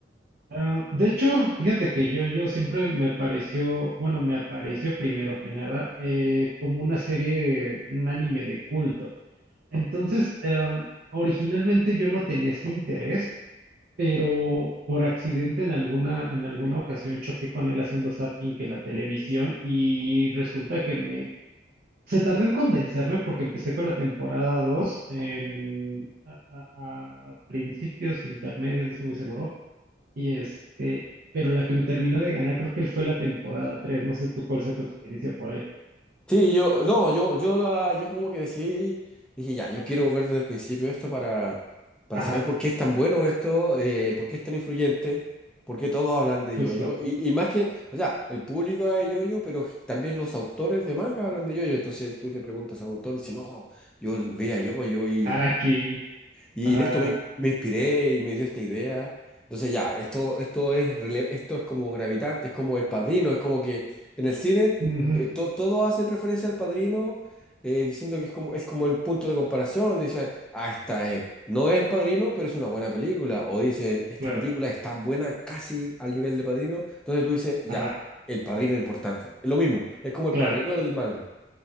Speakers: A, on the right (about 55°); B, in the centre.
A: ah, de hecho, fíjate que yo, yo siempre me pareció, bueno, me apareció primero que nada, eh, como una serie, un anime de culto. Entonces, em, originalmente yo no tenía ese interés. pero por accidente en alguna, en alguna ocasión choqué con él haciendo zapping en la televisión y resulta que me... Se tardó en convencerme porque empecé con la temporada 2 en, a, a- a principios intermedios, no estoy muy seguro, y este, pero la que me terminó de ganar creo que él fue la temporada tres no sé tú cuál sea tu experiencia por ahí.
B: Sí, yo, no, yo, yo, la, yo como que decidí, dije, ya, yo quiero ver desde el principio esto para, para
A: Ajá,
B: saber por qué es tan bueno esto, eh, por qué es tan influyente, por qué todos hablan de
A: justo.
B: yoyo. Y, y más que, o sea, el público habla de yoyo, pero también los autores de manga hablan de yoyo. Entonces tú le preguntas a un autor y dice, no, yo veía yoyo y,
A: Araki.
B: y
A: Ajá.
B: en esto me, me inspiré y me dio esta idea. Entonces ya, esto, esto es, rele- esto es como gravitante, es como El Padrino, es como que en el cine
A: ujú,
B: eh, to- todos hacen referencia al Padrino eh, diciendo que es como, es como el punto de comparación. Dicen, ah, esta es, no es El Padrino, pero es una buena película. O dicen, esta
A: claro.
B: película es tan buena casi al nivel de Padrino. Entonces tú dices, ya,
A: Ajá,
B: El Padrino es importante. Es lo mismo, es como El
A: claro.
B: Padrino del manga.